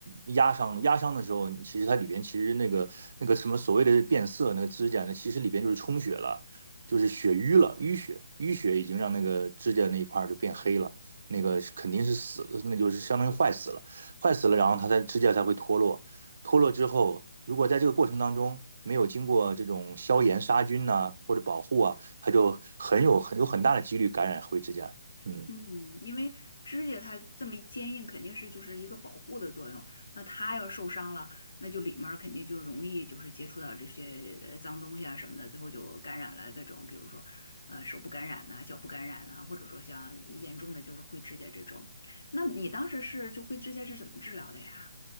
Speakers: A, on the right; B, on the left.
A: 压伤，压伤的时候，其实它里边其实那个那个什么所谓的变色那个指甲呢，其实里边就是充血了，就是血瘀了，淤血，淤血已经让那个指甲那一块儿就变黑了，那个是肯定是死了，那就是相当于坏死了，坏死了，然后它才指甲才会脱落。脱落之后，如果在这个过程当中没有经过这种消炎杀菌呐、啊或者保护啊，它就很有很有很大的几率感染灰指甲。嗯。
B: 嗯，因为指甲它这么一坚硬，肯定是就是一个保护的作用。那它要受伤了，那就里面儿肯定就容易就是接触到这些呃脏东西啊什么的，最后就感染了各种，比如说呃手部感染呐、脚部感染呐、或者说像严重的就是灰指甲这种。那你当时是就灰指甲是怎么治疗的呀？